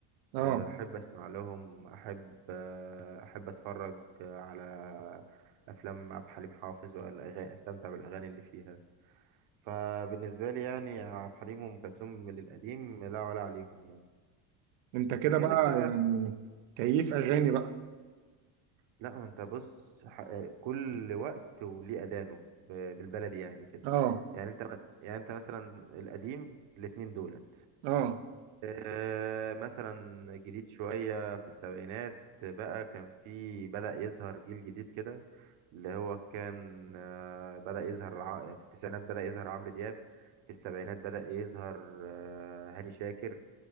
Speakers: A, on the right; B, on the right.
A: اه
B: آه، احب اسمع لهم احب آه، احب اتفرج على افلام عبد الحليم حافظ والاغاني استمتع بالاغاني اللي فيها فبالنسبه لي يعني عبد الحليم وام كلثوم من القديم لا ولا عليهم يعني
A: انت كده
B: بجانب
A: بقى
B: بقى
A: يعني كيف اغاني بقى
B: لا ما انت بص ح- كل وقت وليه اذانه ب- بالبلدي يعني كده
A: اه
B: يعني انت م- يعني انت مثلا القديم الاتنين دولت
A: اه
B: آه، مثلا جديد شوية في السبعينات بقى كان في بدأ يظهر جيل جديد كده اللي هو كان آه، بدأ يظهر ع- في التسعينات بدأ يظهر عمرو دياب في السبعينات بدأ يظهر آه، هاني شاكر